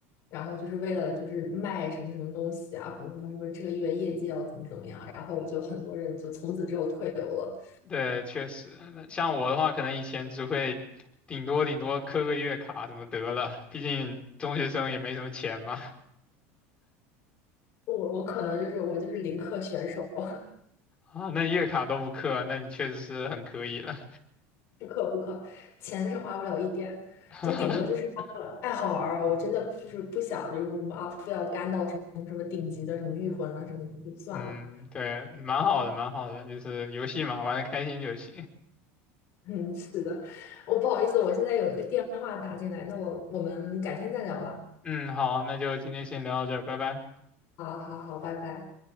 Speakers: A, on the left; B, on the left.
A: 然后就是为了就是卖什么什么东西啊，或者说什么这个月业绩要怎么怎么样，然后我就很多人就从此之后退游了。
B: 对，确实，那像我的话，可能以前只会顶多顶多磕个月卡什么得了，毕竟中学生也没什么钱嘛。
A: 我我可能就是我就是零氪选手，<laughs>
B: 啊，那月卡都不氪，那你确实是很可以了。
A: 不氪不氪，钱是花不了一点，
B: <laughs>
A: 就顶多就是当个爱好玩儿啊。我真的就是不想就是说什么啊，非要干到什么什么顶级的什么御魂啊什么的就算了。
B: 嗯，对，蛮好的，蛮好的，就是游戏嘛，玩的开心就行。
A: <laughs> 嗯，是的，我不好意思，我现在有一个电话打进来，那我我们改天再聊吧。
B: 嗯，好，那就今天先聊到这儿，拜拜。
A: 好好好，拜拜。